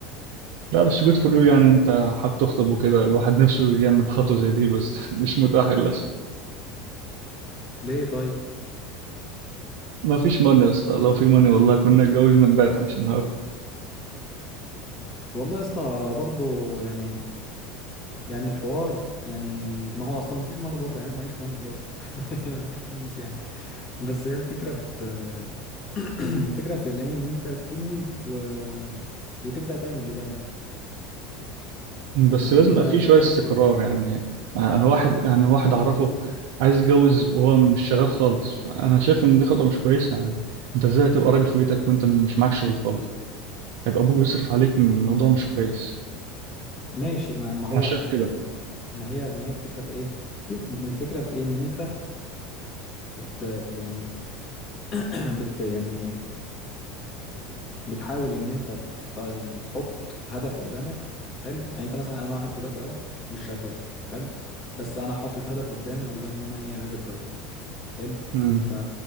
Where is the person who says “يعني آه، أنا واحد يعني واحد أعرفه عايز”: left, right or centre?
Right